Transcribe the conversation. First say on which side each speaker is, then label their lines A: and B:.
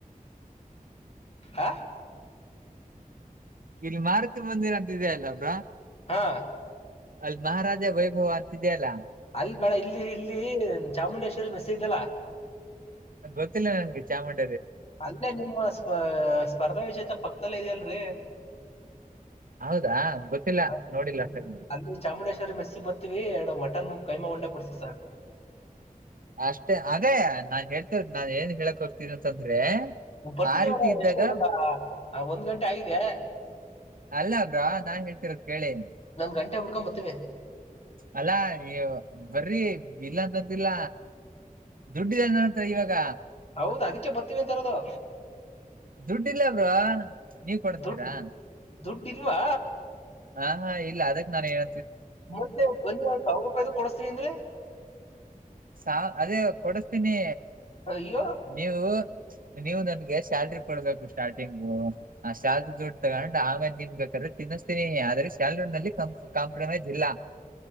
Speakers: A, on the left; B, on the right.
A: ಹ
B: ಇಲ್ಲಿ ಮಾರ್ತಿ ಬಂದಿರ ಅಲ್ಲ ಬ್ರೋ
A: ಹಾ
B: ಅಲ್ಲಿ ಮಹಾರಾಜ ವೈಭವ ಅಂತಿದೆಯ ಅಲ್ಲಾ
A: ಅಲ್ಲಿ ಬೇಡ ಇಲ್ಲಿ ಇಲ್ಲಿ ಚಾಮುಂಡೇಶ್ವರಿ ಮೇಸ್ ಇದ್ದಲ್ಲ
B: ಅ ಗೊತ್ತಿಲ್ಲ ನನ್ಗೆ ಚಾಮುಂಡಿ
A: ಅಂದೇ ನಿಮ್ಮ ಸ್ಪ ಸ್ಪರ್ಧಾ ವಿಚೇತ ಪಕ್ಕ ಲ್ಲ ಇದ ಅಲ್ರರಿ
B: ಹೌದಾ ಗೊತ್ತಿಲ್ಲ
A: ಹ ಅ
B: ನೋಡಿಲ್ಲ ಅಷ್ಟೊಂದು
A: ಅಲ್ಲಿ ಚಾಮುಂಡೇಶ್ವರಿ ಮೆಸ್ಸಿ ಬರ್ತೀವಿ ಎರಡು ಮಟನ್ ಕೈಮ ಉಂಡಾ ಕೊಡ್ಸ ಸರ್
B: ಅಷ್ಟೇ ಅದೇ ನಾನ್ ಹೇಳ್ತ ನಾನ್ ಏನ್ ಹೇಳಕ್ ಹ್ತೀನಿ ಅಂತಂದ್ರೆ
A: ಬರ್ತೀನಿ
B: ಆ ರೀತಿ
A: ಇವಾಗ
B: ಇದ್ದಾಗ
A: ಎಷ್ಟ ಇವಾಗ ಒಂದ್ ಗಂಟೆ ಆಗಿದೆ
B: ಅಲ್ಲ ಬ್ರಾ ನಾನ್ ಹೇಳ್ತಿರೋದ್ ಕೇಳಿ
A: ಗಂಟೆ ಹಡ್ಕೊಂಬ ಬತೀವೆ
B: ಅಲ್ಲಾ ನೀ ಬರ್ರಿ ಇಲ್ಲಂದ ಇಲ್ಲ ದುಡ್ಡಿದೆನ ಇವಾಗ
A: ಹೌದ ಬರ್ತೀವಿ ಅಂತಾರದು
B: ದುಡ್ಡಿಲ್ಲ ಬ್ರೋ ನೀವ ಕೊಡಸ್ತೀರಾ
A: ದುಡ್ಡು ದುಡ್ಡು ಇಲ್ವಾ
B: ಹಾ ಹಾ ಇಲ್ಲ ಅದಕ್ ನಾನ್ ಹೇಳ
A: ಮತ್ತೆ ಒಂದ ಸಾವಿರ ರೂಪಾಯ್ದ ಕೊಡಸ್ತೀನಿ ಅಂದ್ರೆ
B: ಸ ಅದೇ ಕೊಡಿಸತೀನಿ
A: ಅಯ್ಯೋ
B: ನೀವು ನೀವು ನನ್ಗೆ ಸ್ಯಾಲ್ರಿ ಕೊಡ್ಬೇಕು ಸ್ಟಾರ್ಟಿಂಗು ಆ ಸ್ಯಾಲರಿ ದೊಡ್ ತಗೊಂಡ ನಾವೇ ನಿನ್ ಬೇಕಾದ್ರೆ ತಿನ್ನಿಸ್ತೀನಿ ಆದ್ರೆ ಸ್ಯಾಲರಿಲೀ ಕಾಂಪ್ರಮೈಸ್ ಇಲ್ಲ